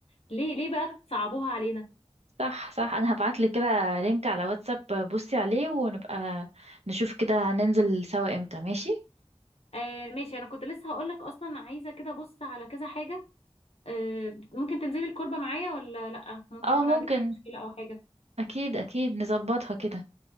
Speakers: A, on the left (about 65°); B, on the right (about 70°).
A: ليه ليه بقى تصعبوها علينا
B: صح صح انا هبعتلك كده لينك على واتساب بصي عليه ونبقى نشوف كده هننزل سوا امتى ماشي
A: آه ماشي انا كنت لسه هقولك اصلا عايزه كده بص على كذا حاجه آه ممكن تنزلي الكربه معايا ولا لا ممكن
B: اه
A: يكون
B: ممكن
A: عندك فيها مشكله او حاجه
B: اكيد اكيد نظبطها كده